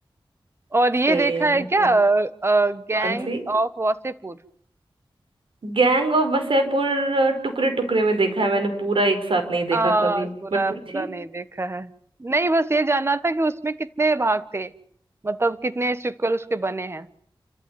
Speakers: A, on the right (about 30°); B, on the right (about 75°).
A: और ये
B: सही
A: देखा
B: है आपने
A: है
B: कहा
A: क्या गैंग्स
B: कौन सी
A: ऑफ वासेपुर
B: Gang of Wasseypur टुकड़े टुकड़े में देखा है मैंने पूरा एक साथ नहीं देखा
A: आ,
B: कभी
A: पूरा
B: बट पूछिए
A: पूरा नहीं देखा है नहीं बस ये जानना था कि उसमें कितने भाग थे मतलब कितने सिक्वल उसके बने हैं